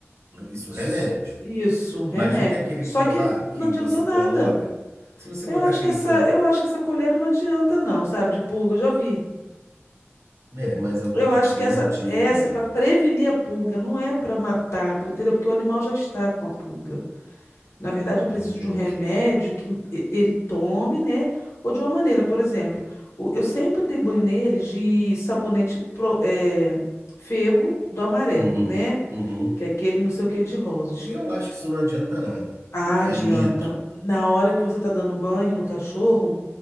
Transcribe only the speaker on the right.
Não, Isso
é remédio.
Mas não tem aquele
colar
que
você
coloca? Se você
botar
aquele
colar
É, mas é o
que eu tô
te dando
a dica,
amiga.
Entendi.
Uhum,
uhum.
Eu acho que isso não adianta nada.
É
mito.